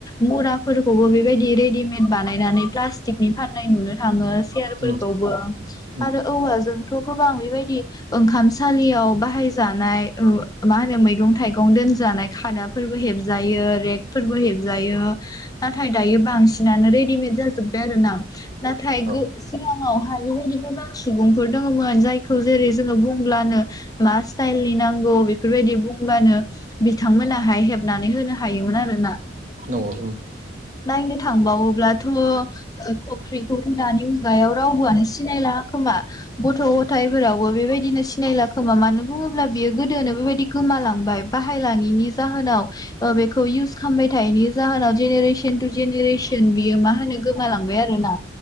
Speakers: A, on the left; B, on the right.
A: मराफोरखौबो बेबायदि रेडिमेद बानायनानै प्लास्टिकनि फाननाय नुनो थाङो ओ सियारफोरखौबो
B: उम उम
A: आरो औवा जोंथ' गोबां बेबायदि ओंखामसालियाव बाहायजानाय मा होनो मैगं थाइगं दोनजानाय खादाफोरबो हेबजायो रेक फोरबो हेबजायो नाथाय दायो बांसिनानो रेडिमेड जाजोब्बाय आरो ना। नाथाय उनावहाय
B: औ
A: बेबायदि गोबां सुबुंफोर दङमोन जायखौ जेरै जोङो बुंब्लानो मा स्टाइलनि नांगौ बेफोरबायदि बुंबानो बिथांमोनाहाय हेबनानै होनो हायोमोन आरो आरोना
B: नंगौ ओं।
A: नायनो थांबावोब्लाथ' फुख्रिखौ दानि मुगायाव रावबोआनो सिनायला खो मा। गथ' गथायफोरावबो बेबायदिनो सिनायला खोमा मानो बुङोब्ला बियो गोदोनो बेबायदि गोमा लांबाय। बाहायलांयिनि जाहोनाव ओ बेखौ इउस खालामबाय थायिनि जाहोनाव जेनेरेसन टु जेनेरेसन बियो मा होनो गोमालांबाय आरोना।